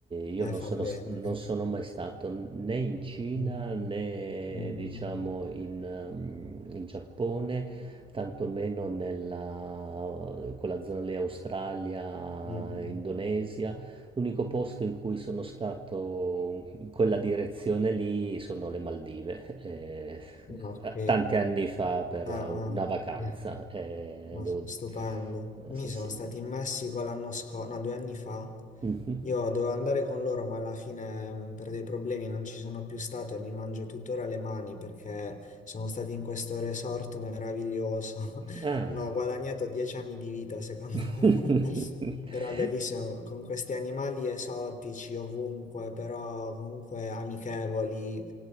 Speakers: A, on the right; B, on the left.
A: io
B: Eh,
A: non
B: fa
A: sono
B: bene.
A: s non
B: <laughs>
A: sono mai stato né in Cina
B: Mm,
A: né
B: mm, mm,
A: diciamo in mhmm, in Giappone, tantomeno nella quella zona lì Australia,
B: mm, mm.
A: Indonesia. L'unico posto in cui sono stato in quella direzione lì sono le Maldive, ehm,
B: Ah, Ok.
A: a tanti anni fa per
B: Ah, ah.
A: una vacanza,
B: Eh,
A: ehm,
B: no,
A: devo
B: stupendo. Mi
A: eh, sì,
B: sono
A: sì.
B: stati in Messico l'anno scorso, no, due anni fa.
A: Mh-mh.
B: Io dovevo andare con loro, ma alla fine mh, per dei problemi non ci sono più stato e mi mangio tuttora le mani perché sono stati in questo resort meraviglioso. <laughs>
A: Ah.
B: Non ho guadagnato dieci anni di vita, secondo
A: <laughs>
B: me. Era bellissimo con questi animali esotici ovunque, però comunque amichevoli,